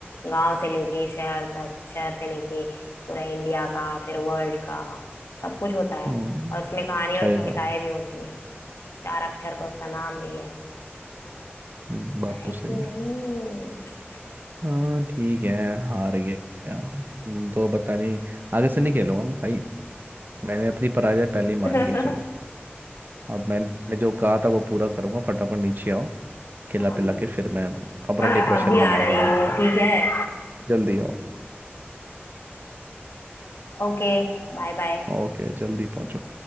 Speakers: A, on the left (about 85°); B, on the right (about 50°).
A: गांव से लेके शहर तक शहर से लेके पूरा इंडिया का फिर वर्ल्ड का सब कुछ होता है
B: हम्म
A: और उसमें कहानी और
B: सही
A: कविताएं
B: बात
A: भी होती हैं चार अक्षर का उसका नाम भी है
B: हम्म, बात
A: है
B: तो सही
A: कि नहीं
B: है हाँ ठीक है हार गया हूँ। तुम तो पता नहीं आगे से नहीं खेलूंगा मैं भाई मैंने अपनी पराजय पहले ही मान
A: <laughs>
B: ली चलो अब मैंने जो कहा था वो पूरा करूंगा फटाफट नीचे आओ खिला
A: अब
B: पिला के फिर मैं अपना
A: मैं
B: डिप्रेशन
A: अभी
B: मनाऊंगा
A: आ रही हूँ
B: रात को
A: ठीक है
B: जल्दी आओ
A: Okay bye bye
B: ओके जल्दी पहुंचो